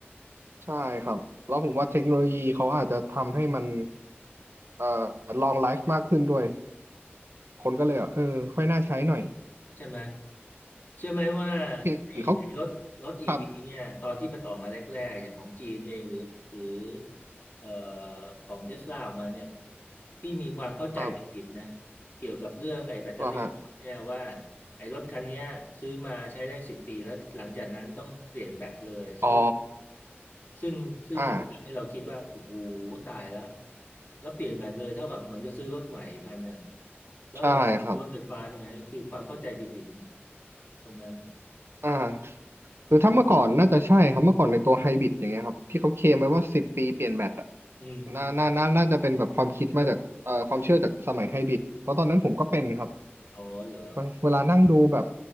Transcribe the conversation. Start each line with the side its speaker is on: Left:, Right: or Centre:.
Right: ใช่ครับแล้วผมว่าเทคโนโลยีเขาอาจจะทำให้มันเอ่อลองไลฟ์มากขึ้นด้วยคนก็เลยแบบเออค่อยน่าใช้หน่อย
Left: ใช่ไหม เชื่อไหมว่า
Right: เห็นเขา
Left: ไอ้ไอ้รถรถอีวีเนี่ยตอนที่มันออกมาแรกๆอย่างของจีนเองหรือหรือ
Right: ครับ
Left: เอ่อของเทสลาออกมาเนี่ยพี่มีความเข้าใจผิดๆนะ
Right: ครับ
Left: เกี่ยวกับเรื่องไอ้แบตเตอรี่รถเนี่ยว่า
Right: เหรอฮะ
Left: ไอ้รถคันเนี้ยซื้อมาใช้ได้สิบปีแล้วหลังจากนั้นต้องเปลี่ยนแบตเลยซึ่ง
Right: อ๋อ
Left: ซึ่งซึ่งทำให้เราคิดว่าโอ้โห
Right: อ่า
Left: ตายแล้วแล้วเปลี่ยนแบตเลยเท่ากับเหมือนกับซื้อรถใหม่อีกคันเนี่ยแล้วเรารถไฟฟ้าทำไมคือความเข้าใจผิดๆเนี่ย
Right: ใช่ครับ
Left: ตรงนั้น
Right: อ่า คือถ้าเมื่อก่อนน่าจะใช่ครับเมื่อก่อนในตัวไฮบริดอย่างเงี้ยครับที่เขาเคลมไว้ว่าสิบปีเปลี่ยนแบตอะ
Left: อืมอืม
Right: น่าน่าน่าน่าจะเป็นแบบความคิดมาจากเอ่อความเชื่อจากสมัยไฮบริดเพราะตอนนั้นผมก็เป็นครับ
Left: อ๋อเหรอ
Right: บางเวลานั่งดูแบบ